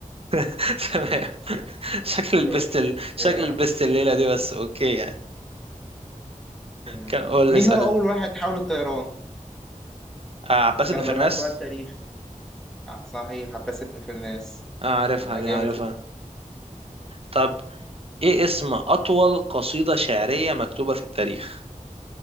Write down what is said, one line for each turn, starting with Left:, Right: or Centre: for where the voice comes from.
Right: <laughs> تمام شكل البست
Centre: أوكي.
Right: ال... شكل
Centre: آه
Right: البست الليله دي بس اوكي يعني
Centre: آه.
Right: ك- قول
Centre: مين
Right: لي اسال
Centre: هو
Right: انت
Centre: أول واحد حاول الطيران؟
Right: آه عباس
Centre: يلا
Right: بن فرناس
Centre: بقى سؤال تاريخ آه صحيح عباس ابن فرناس
Right: آه عارفها
Centre: لا
Right: دي
Centre: جامد
Right: عارفها
Centre: في التاريخ
Right: طب ايه اسم اطول قصيده شعريه مكتوبه في التاريخ